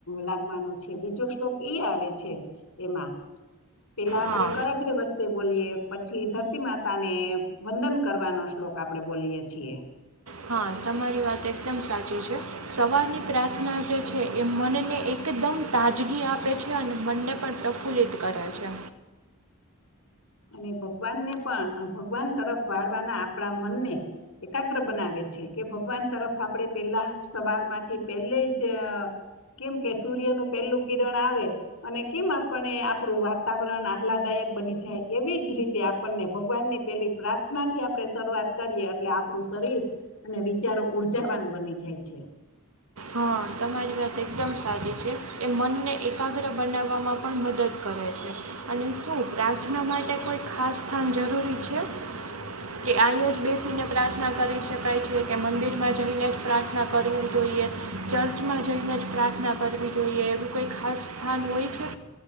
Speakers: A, on the left; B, on the right.
A: લાગવાનો છે બીજો શ્લોક ઈ આવે છે એમાં એટલે આપડે
B: હા
A: કરાગ્ર વસ્તે બોલીએ પછી ધરતી માતાને વંદન કરવાનો શ્લોક આપણે બોલીય છીએ
B: હા તમારી વાત એકદમ સાચી છે સવારની પ્રાર્થના જે છે એ મનને એકદમ તાજગી આપે છે અને મનને પણ પ્રફુલ્લિત કરે છે
A: અને ભગવાનને પણ ભગવાન તરફ વાળવાના આપણા મનને એકાગ્ર બનાવે છે કે ભગવાન તરફ આપણે પેલા સવાર માંથી પહેલે જ કેમ કે સૂર્યનું પહેલું કિરણ આવે અને કેમ આપને આપણું વાતાવરણ આહલાદાયક બની જાય એવી જ રીતે આપણને ભગવાનની પેલી પ્રાર્થના થી આપણે શરૂઆત કરીએ એટલે આપણું શરીર અને વિચારો ઉર્જાવાન બની જાય છે
B: હા તમારી વાત એકદમ સચી છે એ મનને એકાગ્ર બનાવવામાં પણ મદદ કરે છે અને શું પ્રાર્થના માટે કોઈ ખાસ સ્થાન જરૂરી છે કે ઐયાજ બેસીને પ્રાર્થના કરી શકાય છે કે મંદિરમાં જઈને જ પ્રાર્થના કરવું જોઈએ ચર્ચમાં જઈને જ પ્રાર્થના કરવી જોઈએ એવું કઈ ખાસ સ્થાન હોય છે